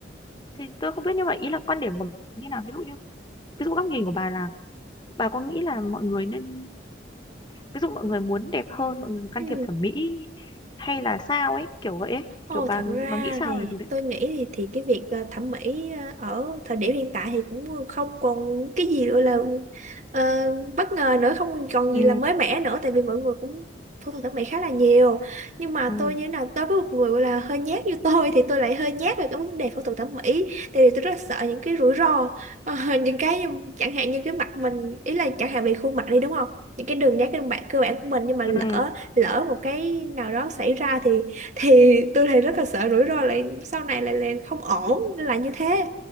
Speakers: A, on the left; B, on the right.
A: thì tôi không biết nhưng mà ý là quan điểm của bà như nào ví dụ như ví dụ góc nhìn của bà là Bà có nghĩ là mọi người nên ví dụ mọi người muốn đẹp hơn, mọi người can
B: ừ
A: thiệp thẩm mỹ hay là sao ấy, kiểu vậy ấy,
B: Ồ,
A: kiểu bà
B: thật ra
A: bà nghĩ sao
B: thì
A: về việc đấy?
B: tôi nghĩ thì, thì cái việc ờ, thẩm mỹ ờ, ở thời điểm hiện tại thì cũng không còn cái gì gọi là ờ, bất ngờ nữa, không còn
A: Ừ,
B: gì là mới mẻ nữa tại vì mọi người cũng phẫu thuật thẩm mỹ khá là nhiều. Nhưng mà
A: ừ,
B: tôi như thế nào, tôi với một người gọi là hơi nhát như tôi thì tôi lại hơi nhát về cái vấn đề phẫu thuật thẩm mỹ tại vì tôi rất là sợ những cái rủi ro Ờ, <laughs> những cái chẳng hạn như cái mặt mình ý là chẳng hạn về khuôn mặt đi đúng không? những cái đường nét cơ bản cơ bản của mình nhưng mà lỡ
A: ừ,
B: lỡ một cái nào đó xảy ra thì thì tôi thấy rất là sợ rủi ro lại sau này lại là không ổn là như thế